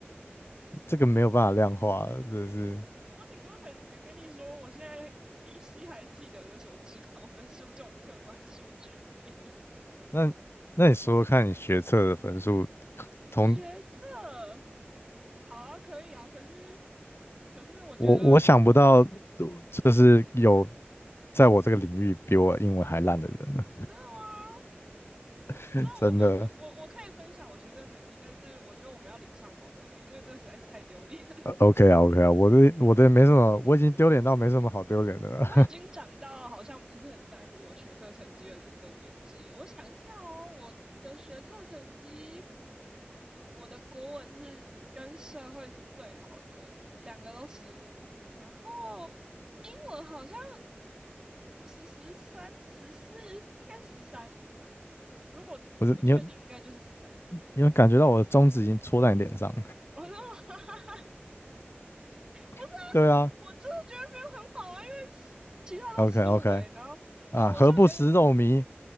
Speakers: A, on the left (about 70°); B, on the right (about 20°).
A: 这个没有办法量化的，真的是。
B: <laughs> 我顶多可能只能跟你说，我现在依稀还记得的什么职考分数这种客观数据而已
A: 那那你说说看你学测的分数，
B: <laughs>
A: 同
B: 学测好啊，可以啊，可是可是我觉得
A: 我我想不到，就是有在我这个领域比我英文还烂的人呢，
B: 真的吗？
A: <laughs>
B: 那我们我我我可以分享我学测成绩，
A: 真的。
B: 但是我觉得我们要礼尚往来，因为这实在是太丢脸了。
A: 呃 OK 啊，OK 啊，我的我的没什么，我已经丢脸到没什么好丢脸的了。
B: 我已经长到好像不是很在乎我学测成绩的的年纪了。我想一下哦，我的学测成绩，我的国文是跟社会是最好的，两个都十五，然后英文好像十十三十四，应该是十三，如果不确定应该就是十三。
A: <laughs> 不是，你有你有感觉到我的中指已经戳在你脸上？
B: 我说 <laughs> 不是啊，
A: <laughs> 对啊
B: 我真的觉得没有很好啊，因为是其他都十五诶，
A: ，OK OK
B: 然后好，
A: 啊，
B: 我数学
A: 何不食肉糜？